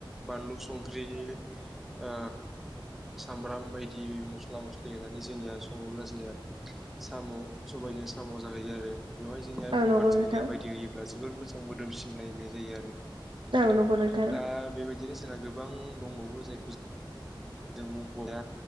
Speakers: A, in the centre; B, on the right.
A: बानलु संख्रि ओ सामब्राम बायदि मस्ला-मस्लि होनानै जोंनिया सङोब्ला जोंनिया साम' सबायजों साम' जाहैयो आरो बेवहाय जोङो
B: औ
A: गंगार
B: नंगौ
A: धुनिया
B: नोंथां
A: बायदि होयोब्ला जबोर मोजां मोदोमसिनलायनाय जायो आरो।
B: औ नंगौ नोंथां औ
A: दा बेबायदिनो जोंहा गोबां दंबावो जायखौ जों मुंखाया